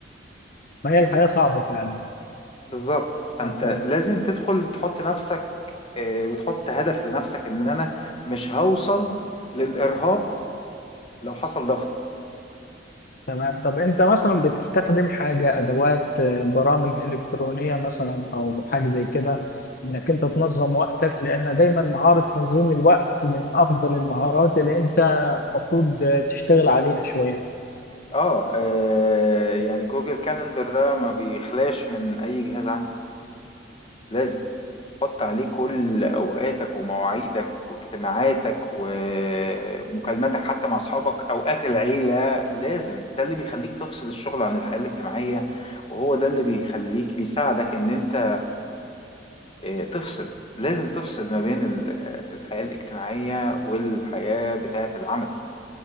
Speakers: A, on the left; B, on the left.
A: ما هي الحياة صعبة فعلا
B: بالظبط فانت
A: اه فاهم
B: لازم تدخل تحط نفسك آه، وتحط هدف لنفسك ان انا مش هوصل للارهاق لو حصل ضغط
A: تمام طب انت مثلا بتستخدم حاجة ادوات آه، برامج الكترونية مثلا او حاجة زي كده انك انت تنظم وقتك لان دايما مهارة تنظيم الوقت من افضل المهارات اللي انت المفروض آه، تشتغل عليها شوية
B: اه آه، يعني جوجل كالندر ده ما بيخلاش من اي جهاز عندي لازم تحط عليه كل اوقاتك ومواعيدك واجتماعاتك ومكالماتك حتى مع اصحابك اوقات العيله لازم ده اللي بيخليك تفصل الشغل عن الحياه الاجتماعيه وهو ده اللي بيخليك بيساعدك ان انت آه، تفصل لازم تفصل ما بين ال- آه، الحياة الاجتماعية والحياة بتاعة العمل